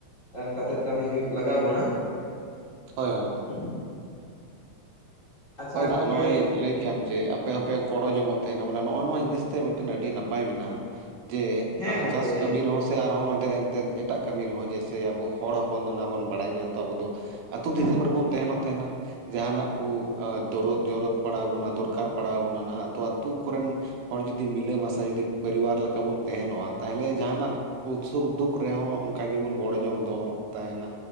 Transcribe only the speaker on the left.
ᱠᱟᱛᱮᱫ ᱠᱟᱹᱢᱤ ᱦᱩᱭᱩᱜ ᱞᱟᱜᱟᱣ ᱵᱚᱱᱟ,
<unintelligible> ᱟᱪᱪᱷᱟ
ᱜᱚᱝᱠᱮ
ᱦᱮᱸ
ᱜᱚᱝᱠᱮ